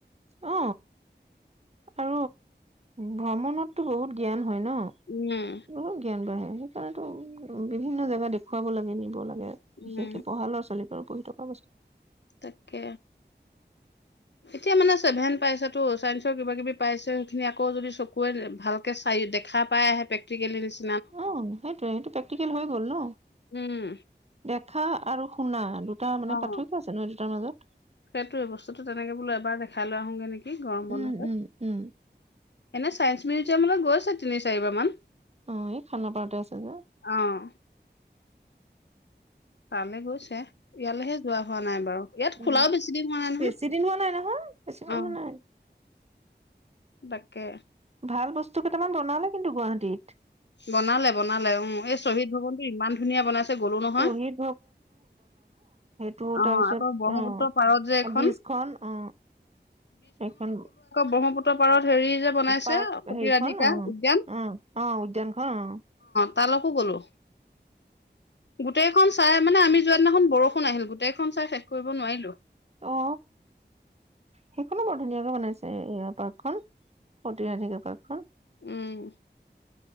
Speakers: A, on the right; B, on the left.
A: অ অ ভ্ৰমণতটো বহুত জ্ঞান হয় ন
B: উম
A: বহুত জ্ঞান বাঢ়ে সেনেকোৱা আকৌ বিভিন্ন জেগা দেখুৱাব লাগে নিব লাগে
B: উম
A: বিশেষকে পঢ়া ল'ৰা ছোৱালী পা পঢ়ি থকা অৱস্থাত
B: তাকে এতিয়া মানে ছেভেন পাইছে তো চাইন্সৰ কিবা কিবি পাইছে সেইখিনি আকৌ যদি চকুয়ে ভালকে চাই দেখা পাই আহে প্ৰেক্টিকেলি বেছি
A: অ সেইটোৱে এইটো প্ৰেক্টিকেল হৈ গ'ল ন
B: উম
A: দে শা আৰু সোনা দু টো মানে
B: অ',
A: পাৰ্থক্য আছে নহয়, দুটাৰ মাজত।
B: সেইটোৱে বস্তুটো তেনেকে বোলোঁ এবাৰ দেখাই লৈ আহোংগৈ নেকি গৰম
A: উম
B: বন্ধতে।
A: উম উম।
B: এনে ছায়েন্স মিউজিয়ামলৈ গৈছে তিনি চাৰিবাৰ মান।
A: অ এই খানাপাৰাতে আছে যে।
B: অ', তালে গৈছে। ইয়ালৈহে যোৱা হোৱা নাই বাৰু ইয়াত
A: উম
B: খোলাও বেছি দিন হোৱা নাই
A: বেছি
B: নহয়,
A: দিন হোৱা নাই নহয় বেছি দিন
B: অ।
A: হোৱা নাই।
B: তাকে।
A: ভাল বস্তু কেইটামান বনালে কিন্তু গুৱাহাটীত।
B: বনালে বনালে উম এই শ্বহীদ ভৱনটো ইমান ধুনীয়া বনাইছে গলোঁ নহয়।
A: শ্বহীদ টো
B: অ',
A: তাৰপিছত
B: আকৌ ব্ৰহ্মপুত্ৰ পাৰত যে
A: অ
B: এখন
A: বীজখন অ, এইখন।
B: ব্ৰহ্মপু্ৰৰ পাৰত। হেৰি যে বনাইছে
A: পাৰ্ক
B: সতী
A: হেৰিখন
B: ৰাধিকা
A: অ উম
B: উদ্যান
A: অ উদ্যানখন অ।
B: তালকো গলোঁ, গোটেইখন চাই মানে আমি যোৱা দিনাখন বৰষুণ আহিল। গোটেইখন চাই শেষ কৰিব নোৱাৰিলোঁ।
A: অ, সেইখনো মোৰ। ধুনীয়াকে বনাইছে এয়া পাৰ্কখন সতিৰাধিকা <unintelligible> খন।
B: উম।